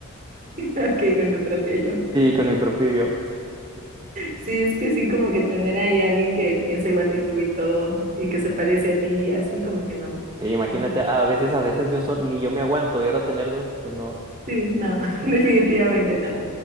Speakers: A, on the right (about 40°); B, on the right (about 20°).
A: Ok, con tu propio yo.
B: Sí, con mi propio yo.
A: Sí, es que sí, como que tener ahí a alguien que piensa igual que tú y todo y que se parece a ti y así, como que no.
B: Sí, imagínate,
A: No,
B: a veces, a veces yo sol- ni yo me aguanto y ahora tener dos, pues no.
A: sí, no, <laughs> definitivamente no.